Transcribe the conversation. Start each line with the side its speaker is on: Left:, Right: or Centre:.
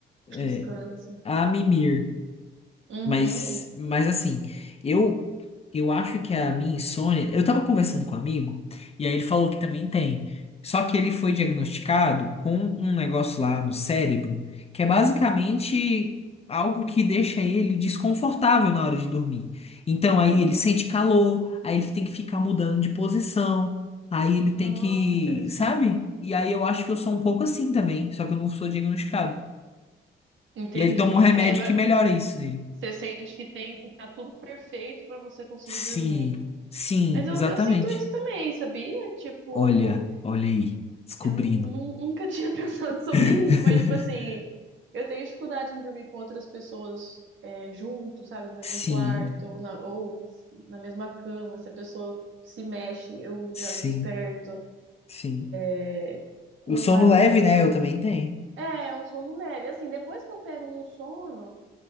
Left: É,
Right: descanso.
Left: é, a mimir.
Right: Uhum.
Left: Mas, mas assim, eu eu acho que a minha insônia. Eu tava conversando com um amigo, e aí ele falou que também tem. Só que ele foi diagnosticado com um negócio lá no cérebro, que é basicamente algo que deixa ele desconfortável na hora de dormir. Então aí
Right: Nossa,
Left: ele sente calor, aí ele tem que ficar mudando de posição, aí ele tem
Right: nossa,
Left: que,
Right: interessante.
Left: sabe? E aí eu acho que eu sou um pouco assim também, só que eu não sou diagnosticado.
Right: Entendi.
Left: E aí ele toma um remédio
Right: É, pra-
Left: que melhora isso nele.
Right: você sente que tem que estar tudo perfeito para você conseguir
Left: Sim,
Right: dormir.
Left: sim,
Right: Mas eu,
Left: exatamente.
Right: eu sinto isso também, sabia? Tipo.
Left: Olha, olha aí, descobrindo.
Right: Eu nu- nu- nunca tinha <laughs> pensado
Left: <laughs>
Right: sobre isso, mas, tipo assim, eu tenho dificuldade em dormir com outras pessoas é, junto, sabe, no mesmo
Left: Sim,
Right: quarto, ou na, ou na mesma cama. Se a pessoa se mexe, eu
Left: sim,
Right: já desperto
Left: sim.
Right: é, com
Left: O sono
Right: um barulho.
Left: leve, né? Eu também tenho.
Right: É, é um sono leve. Assim, depois que eu pego no sono.